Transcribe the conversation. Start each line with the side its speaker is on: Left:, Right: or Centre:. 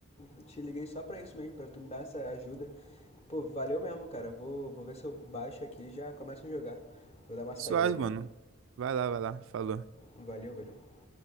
Left: eu te liguei só pra isso mesmo, pra tu me dar essa ajuda. Pô, valeu mesmo, cara. Vou, vou ver se eu baixo aqui e já começo a jogar. Vou dar uma saída
Right: Suave,
Left: aqui.
Right: mano. Vai lá, vai lá. Falou.
Left: Valeu, valeu.